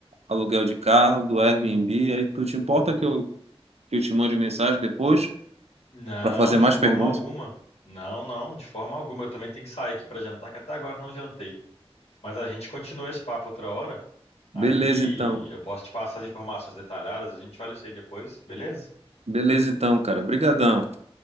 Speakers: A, on the right; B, on the left.
A: aluguel de carro, do Airbnb. Aí tu te importa que eu, que eu te mande mensagem depois
B: Não,
A: para fazer
B: de
A: mais
B: forma
A: perguntas?
B: alguma. Não, não, de forma alguma. Eu também tenho que sair aqui para jantar, que até agora eu não jantei. Mas a gente continua esse papo outra hora.
A: Beleza,
B: Aí
A: então.
B: eu posso te passar as informações detalhadas, a gente olha isso aí depois, beleza?
A: Beleza, então, cara. Obrigadão.